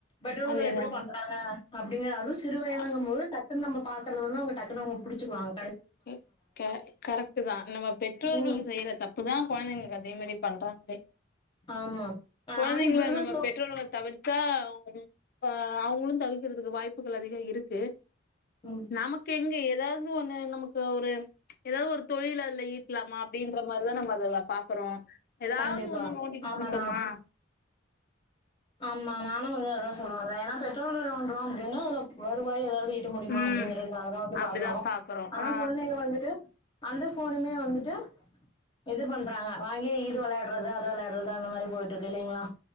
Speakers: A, on the left (about 25°); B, on the left (about 50°).
A: பெற்றோர்கள்
B: அதேதான்.
A: எப்டி பண் அ அப்டிங் அது சிறுவயதிங்கும்
B: அ
A: போது டக்குன் நம்ம பாக்கறது வந்து அவங்க டக்குனு அவுங்க புடிச்சுக்வாங்க
B: கே க கரெட்டு தா நம்ம பெற்றோர்கள்
A: ம்.
B: செய்ற தப் புதா கொழ்ந்தைங்ளுக் அதே மேரி பண்றாங்ளே
A: ஆமா. ஆ
B: கொழந்திங்ள
A: ஆனா இப்ப இருக்கிற
B: நம்ம
A: சோ
B: பெற்றோர்கள தவிர் த்தா அவ்ங்களு அ அவ்ங்ளு தவிக்கிறுதுகு வாய்ப்புகள் அதிக இருக்கு
A: ம்
B: நமக் எங்க ஏதாது ஒண்ணு நமுக் கு ஒரு ஏதாது ஒரு தொழிலதுல ஈட்லாமா அப்டிங்ற மார்தா நம்ம அதுல பாக்குறோ ஏதாவ்து
A: கண்டிப்பா
B: ஒண்ணு நோண்டிகிட்
A: ஆமாண்ணா
B: ருக்கோமா
A: ஆமா நானு வந்து அதா சொல்லா வர்ரே ஏனா பெற்றோர்கள் நோண்றோ அப்டினு அது வருவாய் ஏதாது இ ருக்க முடிய்மா
B: ம்
A: அப்டிங்கறகாகதா வந்து
B: அப்டிதான்
A: பாக்றோ
B: பாக்குறோம்
A: ஆனா
B: ஆ
A: குழந்தீங்க வந்துட்டு அந்த ஃபோனுமே வந்துட்டு இது பண்றாங்க வாங்கி இது விளையாட்றது அத விளையாட்றது அந்த மாரி போய்ட்ருக்கு இல்லீங்ளா